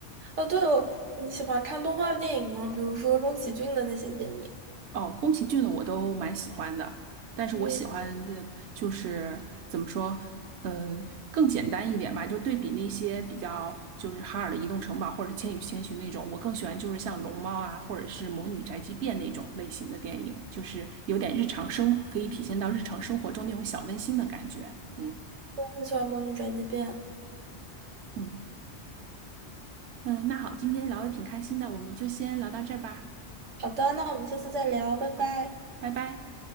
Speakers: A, on the right (about 90°); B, on the right (about 70°).
A: 哦，对哦，你喜欢看动画电影吗？比如说宫崎骏的那些电影。
B: 哦，宫崎骏的我都蛮喜欢的，但是我喜欢这就是怎么说，
A: 嗯，
B: 嗯，更简单一点吧，就对比那些比较就是哈尔的《移动城堡》或者是《千与千寻》那种，我更喜欢就是像《龙猫》啊，或者是《魔女宅急便》那种类型的电影，就是有点日常生活，可以体现到日常生活中那种小温馨的感觉。嗯
A: 我很喜欢《魔女转机变》。
B: 嗯嗯，那好，今天聊的挺开心的，我们就先聊到这儿吧。
A: 好的，那我们下次再聊，拜拜。
B: 好，拜拜。